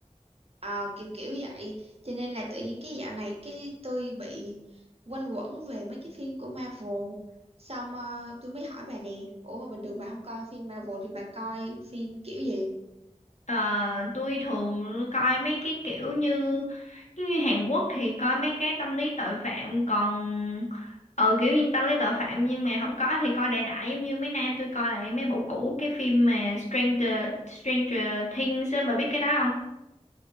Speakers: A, on the right; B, on the left.
A: Ờ, kiểu kiểu vậy cho nên là tự nhiên cái dạo này cái tôi bị quanh quẩn về mấy cái phim của Marvel xong ờ, tôi mới hỏi bà nè ủa mà bình thường bà không coi phim Marvel thì bà coi phim kiểu gì
B: Ờ, tôi thường coi mấy cái kiểu như giống như Hàn Quốc thì coi mấy cái tâm lý tội phạm còn ừ kiểu như tâm lý tội phạm nhưng mà không có thì coi đại đại giống như mấy nay tôi coi lại mấy bộ cũ cái phim mà Stranger Stranger Things á, bà biết cái đó không?